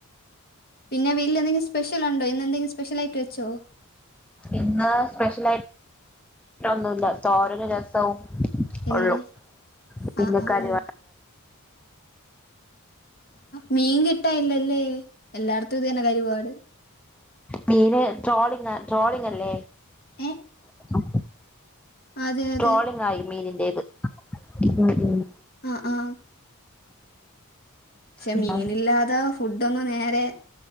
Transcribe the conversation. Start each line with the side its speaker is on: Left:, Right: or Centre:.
Left: പിന്നെ വീട്ടിൽ എന്തെങ്കിലും സ്പെഷ്യൽ ഉണ്ടോ ഇന്ന് എന്തെങ്കിലും സ്പെഷ്യൽ ആയിട്ട് വെച്ചോ
Centre: ഇന്ന് സ്പെഷ്യലാ യിട്ടൊന്നുല്ല തോരനും രസോം
Left: ഇല്ലേ
Centre: ഒള്ളു പിന്നെ
Left: ആ ആ
Centre: <unintelligible> കറി
Left: ആ മീ കിട്ട്- ട്ടലില്ലല്ലേ എല്ലാട്ത്തും ഇതന്നെ കരിപാട്
Centre: മീന് ട്രോളിങ് ട്രോളിങ് അല്ലേ
Left: ഏ
Centre: <inaudible>
Left: അതെ അതെ
Centre: ട്രോളിങ് ആയി മീനിന്റേത് ഉം ഉം
Left: ആ ആ പക്ഷെ
Centre: ഉം
Left: മീനില്ലാതെ ഫുഡ് ഡോന്ന് നേരെ